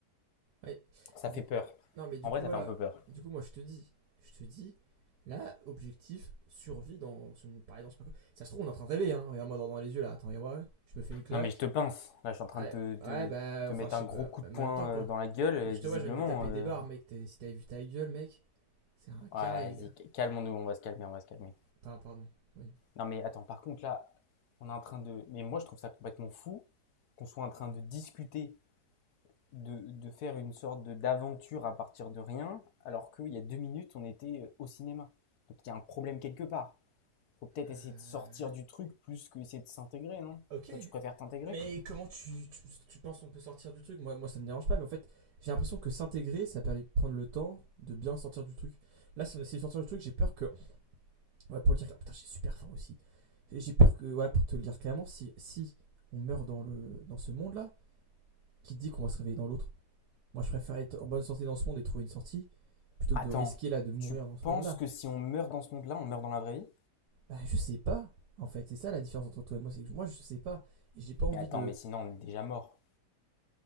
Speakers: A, on the right; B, on the left.
A: Ouais.
B: Ça
A: Du
B: fait
A: coup,
B: peur.
A: non, mais du
B: En
A: coup,
B: vrai, ça
A: voilà.
B: fait un peu peur.
A: Du coup, moi, je te dis, je te dis, là, objectif, survie dans ce monde parallèle, dans ce parcours. Ça se trouve, on est en train de rêver, hein. Regarde-moi dans, dans les yeux, là. Attends, regarde-moi. ouais. Je me fais une claque.
B: Non, mais je te pince. Là, je suis en train
A: Ah,
B: de te, de-
A: ouais, bah,
B: te
A: enfin,
B: mettre
A: je sais
B: un gros
A: pas.
B: coup de
A: en
B: poing
A: même temps, quoi.
B: euh, dans la gueule, euh,
A: quand je
B: visiblement.
A: te vois, j'ai envie de me taper
B: euh.
A: des barres, mec. T'es- si t'avais vu ta gueule, mec, c'est un
B: Ouais,
A: carré,
B: vas-y,
A: gars.
B: calmons-nous, on va se calmer, on va se calmer.
A: Enfin, pardon. Oui.
B: Non, mais attends, par contre, là, on est en train de. Mais moi, je trouve ça complètement fou qu'on soit en train de discuter, de, de faire une sorte de- d'aventure à partir de rien, alors qu'il y a deux minutes, on était euh, au cinéma. Donc, il y a un problème quelque part. Faut peut-être
A: Euh,
B: essayer de sortir du truc plus que essayer de s'intégrer, non?
A: Ok.
B: Toi, tu préfères t'intégrer?
A: Mais comment tu, tu, tu penses qu'on peut sortir du truc moi, moi, ça me dérange pas, mais en fait, j'ai l'impression que s'intégrer, ça permet de prendre le temps de bien sortir du truc. Là, si on essaie de sortir du truc, j'ai peur que. Ouais, pour le dire, oh, putain, j'ai super faim aussi. Et J'ai peur que, voilà, pour te le dire clairement, si, si on meurt dans, le, dans ce monde-là, qui dit qu'on va se réveiller dans l'autre Moi, je préfère être en bonne santé dans ce monde et trouver une sortie, plutôt
B: Attends,
A: que de risquer là de mourir
B: tu
A: dans ce
B: penses
A: monde-là.
B: que si on meurt dans ce monde-là, on meurt dans la vraie vie?
A: Bah, je sais pas, en fait. C'est ça la différence entre toi et moi, c'est que moi, je sais pas. Et j'ai pas envie
B: Mais attends,
A: de
B: mais sinon on est déjà mort.